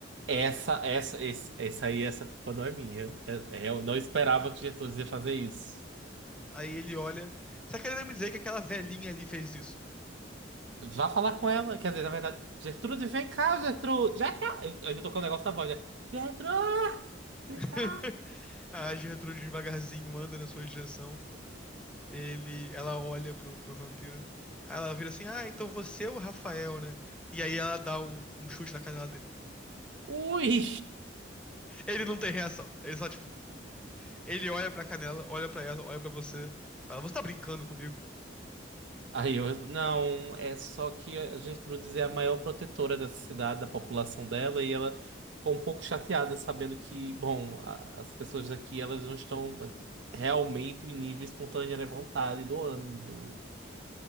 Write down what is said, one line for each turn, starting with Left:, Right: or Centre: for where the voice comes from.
Right: essa, essa, esse- essa aí, essa culpa não é minha. É- é, Eu não esperava que Gertrudes ia fazer isso.
Centre: Aí ele olha. Você tá querendo me dizer que aquela velhinha ali fez isso?
Right: Vá falar com ela. Quer dizer, na verdade, Gertrude, vem cá, Gertrude. Já cá. Eu ainda tô com o negócio na voz, né? Gertrude, vem
Centre: <laughs>
Right: cá.
Centre: A Gertrude devagarzinho anda na sua direção. Ele, ela olha pro, pro vampiro. Aí Ela vira assim: Ah, então você é o Rafael, né? E aí ela dá um, um chute na canela dele.
Right: Ui!
Centre: Ele não tem reação. Ele só, tipo, ele olha pra canela, olha pra ela, olha pra você. Fala: Você tá brincando comigo?
Right: Aí eu respondo, não, é só que a Gertrudes é a maior protetora dessa cidade, da população dela, e ela ficou um pouco chateada sabendo que, bom, a- as pessoas daqui, elas não estão realmente em nível espontâneo, né, vontade, doando,